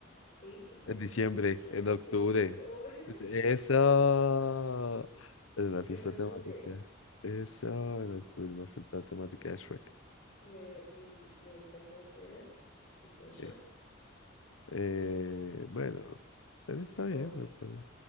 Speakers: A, on the left; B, on the left.
A: Sí, tú te
B: En
A: disfrazas
B: diciembre,
A: de Shrek
B: en octubre.
A: en diciembre o <laughs>
B: Eso. En una fiesta
A: en octubre.
B: temática. Eso, en octubre, una fiesta temática de Shrek.
A: Me, me, me disfrazo de Fiona y tú de Shrek.
B: Eh, eh, bueno, eh, está bien.
A: Ok.
B: ¿no? Pero